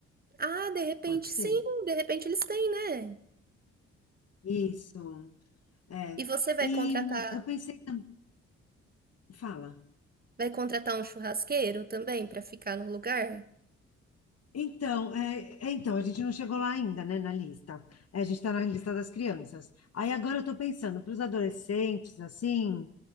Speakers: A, on the right; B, on the left.
A: Ah, de repente
B: Pode
A: sim,
B: ser.
A: de repente eles têm, né?
B: Isso. É.
A: E você vai
B: E
A: contratar,
B: hum, eu pensei também. Fala.
A: vai contratar um churrasqueiro também para ficar no lugar?
B: Então, é, é, então, a gente não chegou lá ainda, né, na lista. É, a gente está na lista das crianças. Aí agora eu estou pensando para os adolescentes, assim,